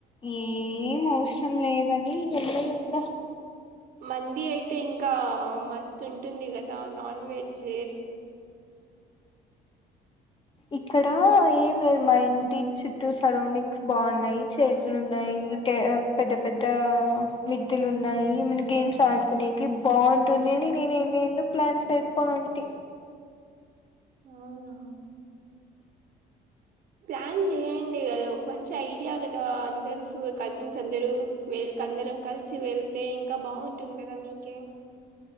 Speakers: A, on the left (about 30°); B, on the right (about 60°).
A: ఏం అవసరం లేదని వెళ్ళలే ఇంగ
B: మందీ అయితే ఇంకా మస్తు ఉంటుంది కదా నాన్ వెజ్
A: ఇక్కడా ఏం లేదు మా ఇంటి చుట్టూ సరౌండింగ్స్ బాగున్నాయి చెట్లున్నాయి ఈట్ పెద్ద పెద్ద మిద్దెలు ఉన్నాయి మనం గేమ్స్ ఆడుకునేకి బాగుంటుంది నేనినేనే నేను ప్లాన్స్ వేసుకోనంటి
B: అవునా ప్లాన్ జేయ్. ఉంది గదా ఒక మంచి ఐడియా గదా, అందరు ఫు కజిన్స్ అందరూ, వెళ అందరం కలిసి వెళ్ళ. అయితే ఇంకా బాటుంది కదా మీకే.